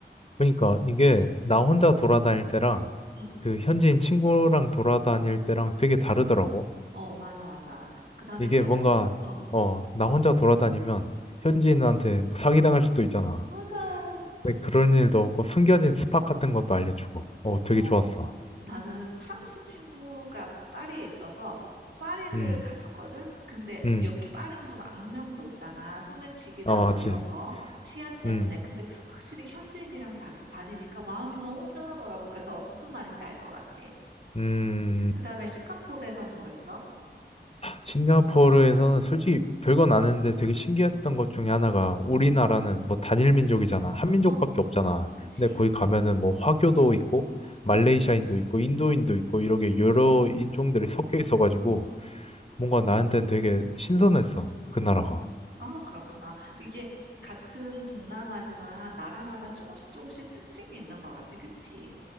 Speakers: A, on the left; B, on the right.
A: 그러니까 이게 나 혼자 돌아다닐 때랑
B: 응.
A: 그 현지인 친구랑 돌아다닐 때랑 되게 다르더라고.
B: 어, 맞아, 맞아. 그 다음에
A: 이게
B: 그러면,
A: 뭔가
B: 시- 어,
A: 어, 나 혼자 돌아다니면 현지인한테 뭐 사기당할 수도 있잖아.
B: 맞아.
A: 근데 그런 일도 없고 숨겨진 스팟 같은 것도 알려주고. 어, 되게
B: 어,
A: 좋았어.
B: 나는 프랑스 친구가 파리에 있어서 파리를
A: 음,
B: 갔었거든. 근데
A: 음,
B: 여기 파리는 좀 악명 높잖아. 소매치기나
A: 아, 맞지.
B: 뭐 이런 거 치안 때문에.
A: 음,
B: 근데 확실히 현지인이랑 다, 다니니까 마음이 너무 편하더라고. 그래서 무슨 말인지 알 것 같아.
A: 음.
B: 음. 그다음에 싱가포르에서는 뭐 했어?
A: 싱가포르에서는 솔직히 별건 아는데 되게 신기했던 것 중에 하나가 우리나라는
B: 음.
A: 뭐 단일 민족이잖아. 한 민족밖에
B: 어.
A: 없잖아.
B: 그치.
A: 근데 거기 가면은 뭐 화교도 있고 말레이시아인도
B: 음.
A: 있고 인도인도 있고 이렇게 여러 인종들이 섞여 있어가지고 뭔가 나한테는 되게 신선했어. 그 나라가.
B: 어, 아, 그렇구나. 이게 같은 동남아지만 나라마다 조금씩 조금씩 특징이 있는 것 같아. 그치?